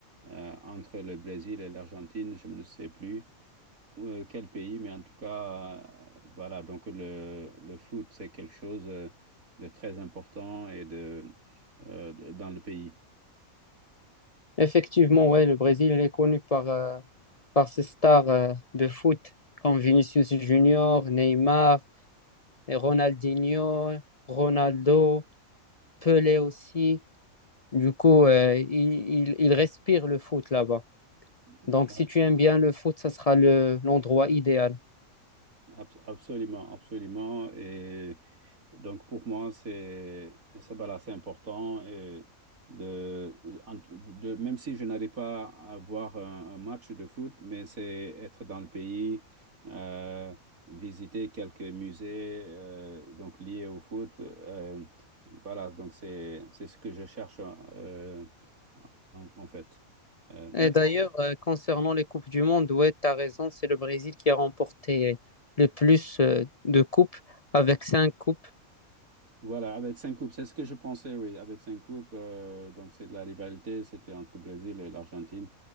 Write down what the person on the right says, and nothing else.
euh, entre le Brésil et l'Argentine, je ne sais plus. Euh, quel pays, mais en tout cas, euh, voilà, donc le, le foot, c'est quelque chose euh, de très important et de, euh, de- dans le pays.
Ouais,
abs- Absolument, absolument. Et Donc pour moi, c'est c'est voilà, c'est important et de, en- de même si je n'arrive pas à voir un, un match de foot, mais c'est être dans le pays, euh, visiter quelques musées euh, donc liés au foot. euh, voilà, donc c'est c'est ce que je cherche euh, en, en fait. Euh, d'accord.
Voilà, avec cinq coupes, c'est ce que je pensais, oui, avec cinq coupes, euh, donc c'est de la rivalité, c'était entre le Brésil et l'Argentine.